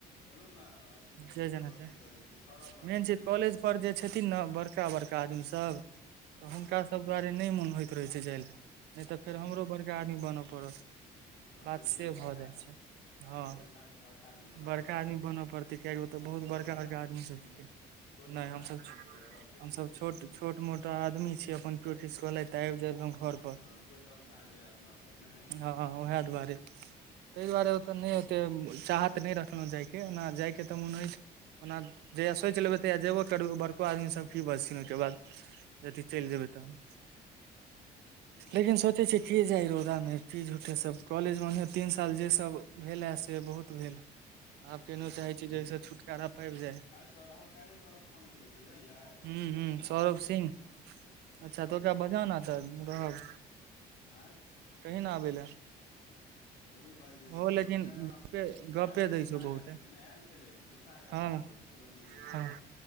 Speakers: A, on the left; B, on the right.
A: चलू ने अथी ओकरो
B: जे जेना हेतै
A: अथी करै छी सौरब आओर
B: मेन
A: छेबे
B: छै कॉलेज
A: करै
B: पर जे छथिन ने बड़का बड़का आदमी सब तऽ
A: हँ
B: हुनका सब दुआरे नहि मोन होइत रहै छै जाय ले नहि तऽ फेर हमरो बड़का आदमी बनय पड़त
A: ह
B: बात
A: ओहि के लेल
B: से
A: बड़का
B: भऽ जाइ
A: आदमी
B: छै
A: ओहि
B: हँ
A: के लेल अहाँके बड़का आदमी बनय
B: बड़का
A: पड़त
B: आदमी बनऽ पड़तै कियकि ओतऽ बहुत
A: अपन बड़का आदमी छियै
B: सब छथिन
A: ने छोट
B: नहि
A: मोट
B: हमसब
A: आदमी छियै आ आर के
B: हमसभ
A: पूछे
B: छोट
A: छै
B: छोट मोटा आदमी छ अपन प्रोटिस कले त आब ज घर
A: हँ कोइ तमसा जइया अपना आर पर नहि
B: हँ उएह दुआरे
A: अच्छा
B: ताहि दुआरे ओऽ नहि त चाहत नहि रखलहुँ जायके ओना जायके तऽ मोन होइ
A: हुँ
B: ओना जहियआ सोचि लेबै तहियआ जेबो करबै बड़को आदमी सब की बजथिन ओहिके बाद अथी
A: हुँ
B: चलि जेबै तहन
A: हुँ
B: लेकिन सोचै छ की जाइ रौदामे की झूठे सब कॉलेजमे ओनहि तीन साल जे सब भेल है से बहुत भेल आब केहनो
A: ह
B: चाहै छी
A: कहियौ
B: जहिसँ छुटकारा पाबि जाय
A: आइ सर अहाँ काल्हिए सौरव फोन कने छलै बुझलियै
B: हूँ हूँ
A: कहलकै
B: सौरभ
A: पाती
B: सिंह
A: करतेै
B: अच्छा तऽ ओकरा बजा न तऽ रहब
A: आँ
B: कही ने आबै लए
A: एगो बजबै
B: ओहो
A: छियै
B: लेकिन
A: काल्हि हम
B: गपे गपे
A: काल्हि हम
B: दै
A: घुस्सा
B: छौ बहुते
A: गेल छलियै नहि आयल छलै घुस्सा गेल
B: हँ
A: छलियै फेर नहि अथी केलियै
B: हँ